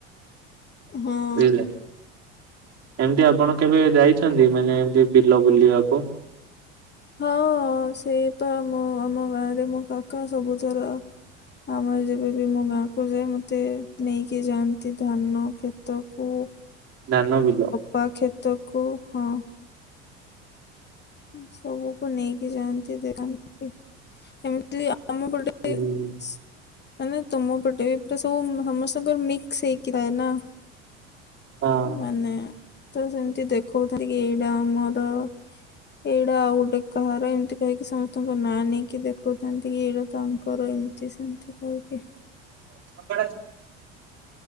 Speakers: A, on the left; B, on the right.
A: ହଁ।
B: ବୁଝିଲେ। ଏମିତି ଆପଣ କେବେ ଯାଇଛନ୍ତି ମାନେ ଏମତି ବିଲ ବୁଲିବାକୁ?
A: ହଁ ସେଇପଁ ଆମ ଗାଁରେ ମୋ କାକା ସବୁଥର ଆମର ଯେବେ ବି ମୁଁ ଗାଁକୁ ଯାଏ ମତେ ନେଇକି ଯାଆନ୍ତି। ଧାନ କ୍ଷେ ତକୁ
B: ଧାନ ବିଲ।
A: ବା କ୍ଷେତକୁ ହଁ। ସବୁକୁ ନେଇକି ଯାଆନ୍ତି ଦେନ୍ତି ଏମିତି ଆମ ପଟେ
B: ହୁଁ।
A: ଏ ସେ ମାନେ ତମ ପଟେ ବି ପୁରା ସବୁ ସମସ୍ତଙ୍କର ମିକ୍ସ ହେଇକି ଥାଏ ନା।
B: ହଁ।
A: ମାନେ ତ ସେମିତି ଦେଖଉଥିଲ କି ଏଇଟା ଆମର। ଏଇଟା ଆଉ ଗୋଟେ କାହାର ଏମିତି କହିକି ସମସ୍ତେ ତାଙ୍କ ନାଁ ନେଇକି ଦେଖୁଥାନ୍ତି କି ଏଇଟା ତାଙ୍କର ଏମିତି ସେମିତି କହିକି
B: ଝଗଡ଼ା ର